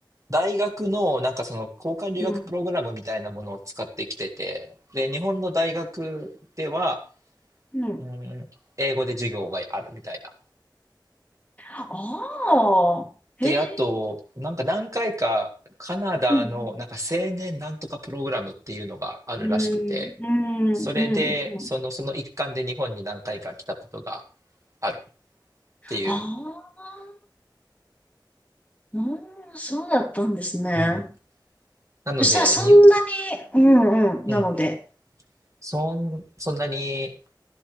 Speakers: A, on the right; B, on the left.
A: 大学のなんかその交換留学プログラムみたいなものを使ってきてて、
B: うん。
A: で、日本の大学では、
B: うん。
A: うん、英語で授業があるみたいな。
B: ああー、
A: で、
B: へえ。
A: あと、なんか何回かカナダのなんか青年なんとかプログラムっていうのがあるらしくて、
B: うん、うん、うん、
A: それで、
B: うん。
A: その、
B: うん
A: その一環で日本に何回か来たことがあるっていう。
B: ああ。うーん、そうだったんですね。
A: うん、なので、
B: そしたらそんなに、
A: に、
B: うんうん、
A: うん、
B: なので。
A: そん、そんなに